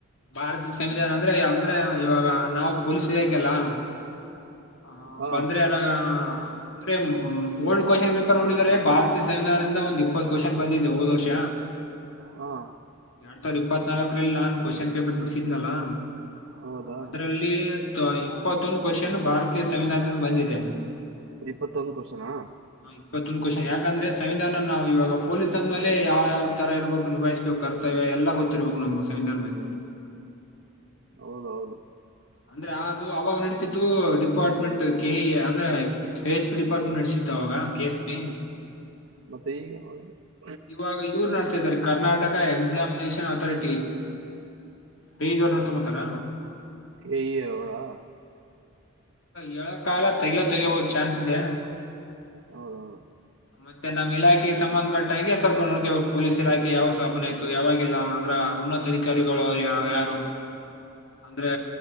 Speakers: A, on the left; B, on the right.
A: ಭಾರತ ಸಂವಿಧಾನ ಅಂದ್ರೆ ಅಂದ್ರೆ ಇವಾಗ ನಾವು ಪೊಲೀಸ್ ಇಲಾಖೆ ಅಲಾ. ಹ
B: ಹಾ
A: ಬಂದ್ರೆ ಅದಾಗ ಅಂದ್ರೆ ಹ್ಮ್ ಓನ್ ಕೊಷನ್ ಪೇಪರ್ ನೋಡಿದರೆ ಭಾರತೀಯ ಸಂವಿಧಾನದಿಂದ ಒಂದು ಇಪ್ಪತ್ತು ಕೊಷನ್ ಬಂದಿದೆ ಹೋದ್ ವರ್ಷ
B: ಹಾ
A: ಎರಡ್ ಸಾವಿರದ ಇಪ್ಪತ್ನಾಕರಲ್ಲಿ ನಾನು. ಕ್ವೆಶನ್ ಪೇಪರ್ ಬಿಡ್ಸಿದ್ನಲ್ಲಾ
B: ಹೌದಾ
A: ಅದ್ರಲ್ಲಿ ಇಪ್ಪತ್ತೊಂದು ಕೊಷನ್ ಭಾರತೀಯ ಸಂವಿಧಾನದಿಂದ ಬಂದಿದೆ.
B: ಇಪ್ಪತ್ತೊಂದು ಕೊಷನ್ ಅಹ್
A: ಹ ಇಪ್ಪತ್ತೊಂದು ಕ್ವಶನ್ ಯಾಕಂದ್ರೆ ಸಂವಿಧಾನ ನಾವು ಇವಾಗ ಪೊಲೀಸ್ ಅಂದ ಮೇಲೆ ಯಾವ್ ಯಾವ್ ತರ ಇರಬೇಕು ನಿಭಾಯಿಸ್ಬೇಕು ಕರ್ತವ್ಯ ಎಲ್ಲ ಗೊತ್ತಿರ್ಬೇಕು ನಮ್ಗೆ ಸಂವಿಧಾನದ ಬಗ್ಗೆ. <inaudible>
B: ಹೌದೌದು
A: ಅಂದ್ರೆ ಅದು ಅವಾಗ ನಡೆಸಿತ್ತು ಡಿಪಾರ್ಟ್ಮೆಂಟ್ ಕೆಇಎ ಅಂದ್ರೆ ಕೆ ಕ್ ಕ್ ಎಸ್ ಪಿ ಡಿಪಾರ್ಟ್ಮೆಂಟ್ ನಡ್ಸಿತ್ತು ಅವಾಗ ಕೆ ಎಸ್ ಪಿ.
B: ಮತ್ತೆ ಈಗ <unintelligible>
A: ಇವಾಗ ಇವ್ರ ನಾಡ್ಸ್. ಕರ್ನಾಟಕ ಎಕ್ಸಾಮಿನೇಷನ್ ಅಥಾರಿಟಿ ಪೇಜ್ ಅವ ನೋ ತಗೊತಾರ.
B: ಕಇಆ ಅವರಾ.
A: ಯಳ ಕಾಲ ತೆಗಯೋ ತೆಗೆಯಬಹ ಚಾನ್ಸ್ ಇದೆ.
B: ಹೌದೌದು
A: ಮತ್ತೆ ನಮ್ಮ ಇಲಾಕಿ. ಟ್ಟ. <unintelligible> ಹಂಗೆ ಸ್ವಲ್ಪ ನೋಡ್ಕ ಪೊಲೀಸ್ ಇಲಾಖೆ ಯಾವ ಸ್ಥಾಪನೆ ಇತ್ತು ಯಾವಾಗಿಲ್ಲ ಅದ್ರ ಉನ್ನತ ಅಧಿಕಾರಿಗಳುರು ಯ ಯಾರು ಅಂದ್ರೆ